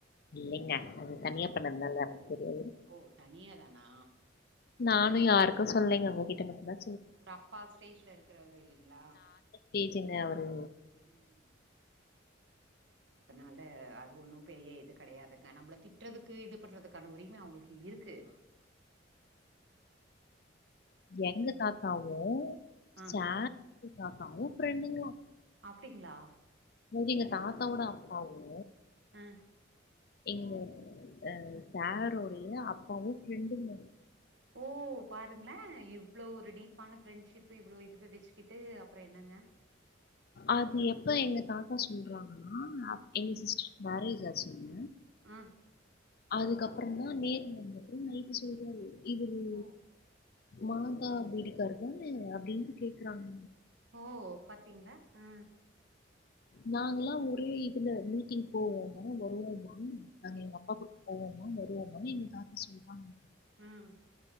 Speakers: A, on the left (about 50°); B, on the right (about 70°).
A: இல்லைங்க அது தனியா பண்ணதுனால எனக்கு தெரியாது
B: ஓ தனியா தானா
A: நானு யாருக்கு சொல்லீங்க உங்க கிட்ட மட்டுதா
B: ஒரு அப்பா ஸ்டேஜ்ல இருக்கிறவர் இல்லைங்ளா
A: டீஜிங்க அவரு
B: ம் அதனால அது ஒன்னும் பெரிய இது கெடையாதுங்க நம்மள தி ட்றதுக்கு இது பண்ணுறதுக்கான உரிம அவுங்களுக்கு இருக்கு
A: எங்க தாத்தாவு
B: ஆ
A: சே <inaudible> தாத்தாவு ஃப்ரெண்டுங்ளா
B: அப்டிங்ளா
A: இங் எங்க தாத்தாவோட அப்பாவு
B: ஆ
A: எங்க அ சேருடைய அப்பாவு ஃப்ரெண்டுங்
B: ஓ பாருங்ளே இவ்ளோ ஒரு டீப்பான ஃப்ரெண்ட்ஷிப் இவ்வளோ இதுவ வச்சுக்கிட்டு அப்றோ என்னங்க
A: அது எப்ப எங்க தாத்தா சொல்றாங்கன்னா எங்க சிஸ்ட்ரு மேரேஜ் ஆச்சிங்க
B: ஆ
A: அதுக்கப்பறந்தா நேர்ல வந்துட்டு நைட்டு சொல்றாரு இவரு
B: ஓ
A: மாதா வீட்டுக்கார தான அப்டின்ட்டு கேக்குறாங்க
B: ஓ பாத்தீங்ளா ம்
A: நாங்கல்லா ஒரே இதுல மீட்டிங் போவோமா வருவோமா நாங்க எங்க அப்பா கூ போவோமா வருவோமான் எங்க தாத்தா சொல்றாங்க
B: ம்